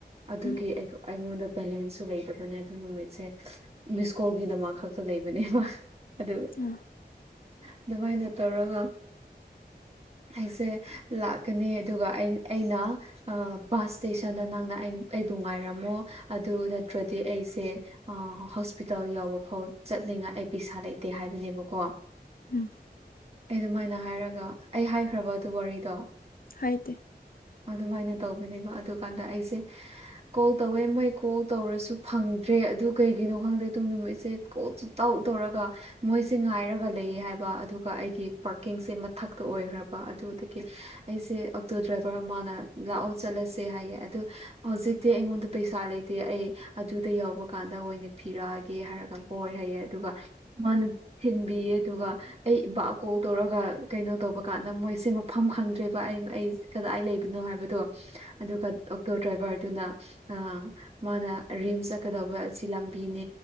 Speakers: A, on the right; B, on the left.
A: ꯑꯗꯨꯒꯤ
B: ꯎꯝ
A: ꯑꯩꯉꯣꯟꯗ ꯕꯦꯂꯦꯟꯁꯁꯨ ꯂꯩꯗꯕꯅꯦ ꯑꯗꯨ ꯅꯨꯃꯤꯠꯁꯦ ꯃꯤꯁꯀꯣꯜꯒꯤ ꯗꯃꯛ ꯈꯛꯇ ꯂꯩꯕꯅꯦꯕ ꯑꯗꯨ
B: ꯑ
A: ꯑꯗꯨꯃꯥꯏꯅ ꯇꯧꯔꯒ ꯑꯩꯁꯦ ꯂꯥꯛꯀꯅꯤ ꯑꯗꯨꯒ ꯑꯩꯅ ꯕꯁ ꯏꯁꯇꯦꯁꯟꯗ ꯅꯪꯅ ꯑꯩꯕꯨ ꯉꯥꯏꯔꯝꯃꯣ ꯑꯗꯨ ꯅꯠꯇ꯭ꯔꯗꯤ ꯑꯩꯁꯦ ꯑ ꯍꯣꯁꯄꯤꯇꯥꯜ ꯌꯥꯎꯕ ꯐꯥꯎ ꯆꯠꯅꯤꯡꯉꯥꯏ ꯑꯩ ꯄꯩꯁꯥ ꯂꯩꯇꯦ ꯍꯥꯏꯕꯅꯦꯕꯀꯣ
B: ꯎꯝ
A: ꯑꯩ ꯗꯨꯃꯥꯏꯅ ꯍꯥꯏꯔꯒ ꯑꯩ ꯍꯥꯏꯈ꯭ꯔꯕ ꯑꯗꯨ ꯋꯥꯔꯤꯗꯣ
B: ꯍꯥꯏꯗꯦ
A: ꯑꯗꯨꯃꯥꯏꯅ ꯇꯧꯕꯅꯦꯕ ꯑꯗꯨꯀꯥꯟꯗ ꯑꯩꯁꯦ ꯀꯣꯜ ꯇꯧꯋꯦ ꯃꯣꯏ ꯀꯣꯜ ꯇꯧꯔꯁꯨ ꯐꯪꯗ꯭ꯔꯦ ꯑꯗꯨ ꯀꯩꯒꯤꯅꯣ ꯈꯪꯗꯦ ꯑꯗꯨ ꯅꯨꯃꯤꯠꯁꯦ ꯀꯣꯜꯁꯨ ꯇꯩ ꯇꯧꯔꯒ ꯃꯣꯏꯁꯦ ꯉꯥꯏꯔꯒ ꯂꯩꯌꯦ ꯍꯥꯏꯕ ꯑꯗꯨꯒ ꯑꯩꯒꯤ ꯄꯥꯔꯀꯤꯡꯁꯦ ꯃꯊꯛꯇ ꯑꯣꯏꯈ꯭ꯔꯕ ꯑꯗꯨꯗꯒꯤ ꯑꯩꯁꯦ ꯑꯣꯛꯇꯣ ꯗ꯭ꯔꯥꯏꯚꯔ ꯃꯥꯅ ꯂꯥꯛꯑꯣ ꯆꯠꯂꯁꯦ ꯍꯥꯏꯌꯦ ꯑꯗꯨ ꯍꯧꯖꯤꯛꯇꯤ ꯑꯩꯉꯣꯟꯗ ꯄꯩꯁꯥ ꯂꯩꯇꯦ ꯑꯩ ꯑꯗꯨꯗ ꯌꯧꯕ ꯀꯥꯟꯗ ꯑꯣꯏꯅ ꯐꯤꯔꯛꯑꯒꯦ ꯍꯥꯏꯔꯒ ꯍꯣꯏ ꯍꯥꯏꯌꯦ ꯑꯗꯨꯒ ꯃꯥꯅ ꯊꯤꯟꯕꯤꯌꯦ ꯑꯗꯨꯒ ꯑꯩ ꯏꯄꯥ ꯀꯣꯜ ꯇꯧꯔꯒ ꯀꯩꯅꯣ ꯇꯧꯕ ꯀꯥꯟꯗ ꯃꯣꯏꯁꯦ ꯃꯐꯝ ꯈꯪꯗ꯭ꯔꯦꯕ ꯑꯩ ꯑꯩ ꯀꯗꯥꯏ ꯂꯩꯕꯅꯣ ꯍꯥꯏꯕꯗꯣ ꯑꯗꯨꯒ ꯑꯣꯛꯇꯣ ꯗ꯭ꯔꯥꯏꯚꯔꯗꯨꯅ ꯑ ꯃꯥꯅ ꯔꯤꯝꯁ ꯆꯠꯀꯗꯧꯕ ꯑꯁꯤ ꯂꯝꯕꯤꯅꯦ